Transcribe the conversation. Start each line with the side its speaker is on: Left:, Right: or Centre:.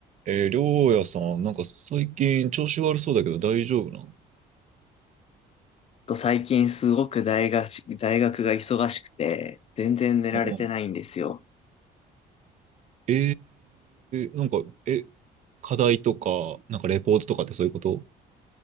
Right: えー、りょうやさん、なんか最近調子悪そうだけど大丈夫なの
Left: と最近すごく大学大学が忙しくて、全然寝られてないんですよ。
Right: うんえー、なんか、え、課題とか、なんかレポートとかってそういうこと